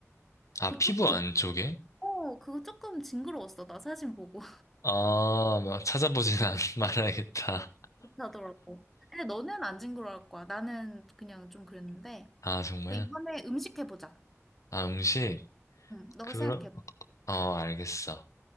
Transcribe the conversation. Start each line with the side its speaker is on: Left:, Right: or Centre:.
Left: 아,
Centre: 그
Left: 피부
Centre: 조금,
Left: 안쪽에?
Centre: 어, 그거 조금 징그러웠어. 나 사진 보고.
Left: 아, 막 찾아보진 않, <laughs> 말아야겠다.
Centre: 비슷하더라고. 근데 너는 안 징그러울 거야. 나는 그냥 좀 그랬는데.
Left: 아, 정말?
Centre: 그럼 이번에 음식 해보자.
Left: 아, 음식?
Centre: 응, 너가
Left: 그러,
Centre: 생각해봐.
Left: 어, 알겠어.